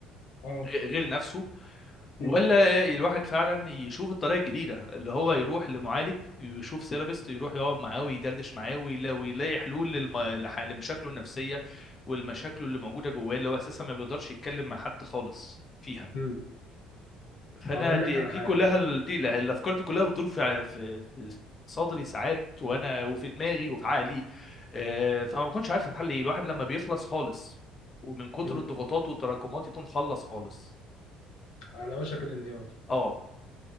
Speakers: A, on the left (about 80°); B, on the left (about 30°).
A: اه
B: غ- غير نفسه ولا
A: مم.
B: الواحد فعلا يشوف الطريقه الجديده اللي هو يروح لمعالج يشوف سيرابيست يروح يقعد معاه ويدردش معاه ويلا- ويلاقي حلول للم... لح- لمشاكله النفسيه والمشاكل اللي موجوده جواه اللي هو اساسا ما بيقدرش يتكلم مع حد خالص فيها
A: مم.
B: فانا
A: هقول
B: دي,
A: لك على
B: دي
A: حاجه
B: كلها ال- دي لا- الافكار دي كلها بتدور في ع- في في صدري ساعات وانا وفي دماغي وفي عقلي آه، فما بكونش عارف الحل ايه الواحد لما بيخلص خالص ومن كتر
A: مم.
B: الضغوطات والتراكمات يكون خلص خالص
A: على وشك الانهيار
B: اه